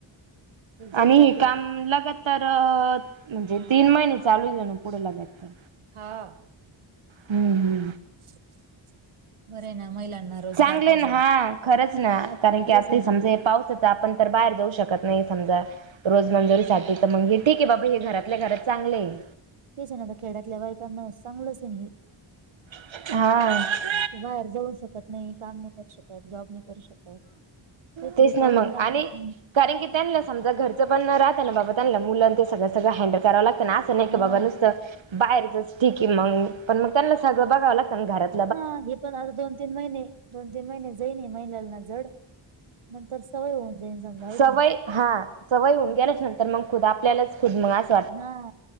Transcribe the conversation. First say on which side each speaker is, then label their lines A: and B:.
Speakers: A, on the right; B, on the right.
A: ते जड
B: आणि
A: जातील
B: हे काम लगातर म्हणजे तीन महिने चालू आहे हेने पुढं लागतार.
A: हा.
B: हम्म हम्म.
A: <unintelligible> बरे आहे ना महिलांना रोजगार
B: चांगले
A: पाहिजे
B: ना हा खरंच ना कारण की
A: तेच
B: आती
A: आहे ना
B: समजे पाऊस ते आपण तर बाहेर जाऊ शकत नाही समजा रोज मंजुरीसाठी तर मग हे ठीक आहे बाबा हे घरातल्या घरात चांगले आहे.
A: तेच ना आता खेडातल्या बाईकांना चांगलंच आहे ना हे.
B: हा.
A: ते बाहेर जाऊन शकत नाही, काम नाही करू शक त्या जॉब नाही करू शकत हे काहीतरी
B: तेच ना
A: प्रॉब्लेम
B: मग
A: राहि.
B: आणि
A: <unintelligible>
B: कारण की त्यांना समजा घरचं पण न राहताना बाबा त्यांना मुलंं ते सगळंगळं हँडल करावं लागतं ना आस नाय
A: हा
B: कि बाबा नुसतं बाहेरचच ठीक आहे मग पण मग बघावं लागत घरात
A: हा हे पण आता दोन तीन महिने दोन तीन महिने जाईन महिलाना जड नंतर सवय होऊन जाईन समजा हायका
B: सवय
A: नाय.
B: हा सवय होऊन गेल्याच्या नंतर मग खुद आपल्यालाच खुद मंग आस
A: हा